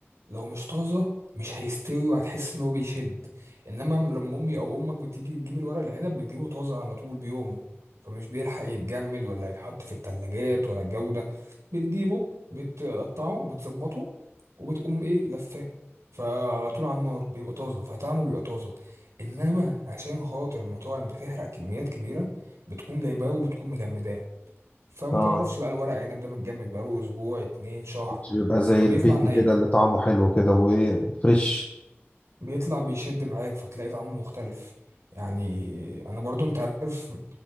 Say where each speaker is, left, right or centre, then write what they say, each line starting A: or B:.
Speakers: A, on the right; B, on the left.
A: لو مش طازه مش هيستوي وهتحس ان هو بيشد انما لما امي او امك بتيجي تجيب الورق العنب بتجيبه طازه على طول بيومه فمش بيلحق يتجمد ولا يتحط في التلاجات ولا الجو ده بتجيبه بتقطعه وبتظبطه وبتقوم ايه لفاه فعلى طول على النار بيبقى طازه فطعمه بيبقى طازه انما عشان خاطر المطاعم بتحرق كميات كبيره بتكون جايباه وبتكون مجمداه فما
B: اه
A: تعرفش بقى الورق عنب ده متجمد بقاله اسبوع اتنين شهر
B: مش بيبقى زي
A: فبيطلع
B: البيت
A: ني
B: كده اللي طعمه حلو كده وايه وفريش
A: بيطلع بيشد معاك فتلاقي طعمه مختلف يعني انا برضو انت عارف